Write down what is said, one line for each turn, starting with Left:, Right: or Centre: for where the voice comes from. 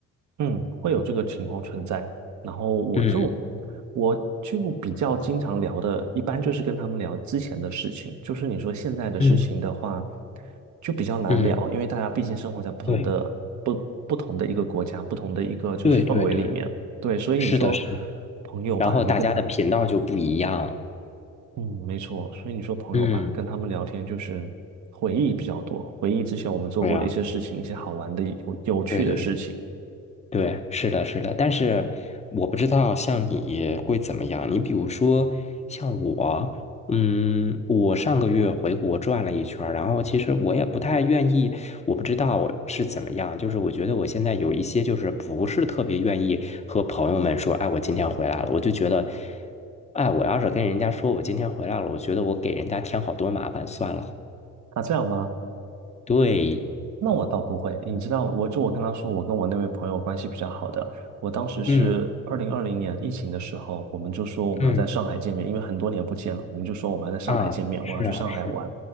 Right: 嗯，会有这个情况存在。然后我就
Left: 嗯
Right: 我就比较经常聊的，一般就是跟他们聊之前的事情。就是你说现在的事情的话，
Left: 嗯，
Right: 就比较难聊，
Left: 嗯，
Right: 因为大家毕竟生活在不同的不不同的一个国家，
Left: 对
Right: 不同的一个就是氛围里面。
Left: 对对对。
Right: 对，所以你说
Left: 是的，是的，
Right: 朋友吧，
Left: 然后大家的频道就不一样。
Right: 你跟他，嗯，没错。所以你说朋友吧，
Left: 嗯，
Right: 跟他们聊天就是回忆比较多，回忆之前我们做过的一些事情，
Left: 对呀，
Right: 一些好玩的、有有趣的事情。
Left: 对对对对，是的，是的。但是我不知道像你会怎么样。你比如说像我，嗯，我上个月回国转了一圈儿然后其实我也不太愿意，我不知道我是怎么样。就是我觉得我现在有一些就是不是特别愿意和朋友们说，哎，我今天回来了，我就觉得，哎，我要是跟人家说我今天回来了，我觉得我给人家添好多麻烦，算了。
Right: 啊，这样吗？
Left: 对，
Right: 那我倒不会，你知道，我就我刚刚说，我跟我那位朋友关系比较好的，我当时是二零二零年疫情的时候，
Left: 嗯
Right: 我们就说我们要在上海见面，
Left: 嗯
Right: 因为很多年不见了，我们就说我们要在上海见面，
Left: 啊，是啊是，
Right: 我要去上海玩。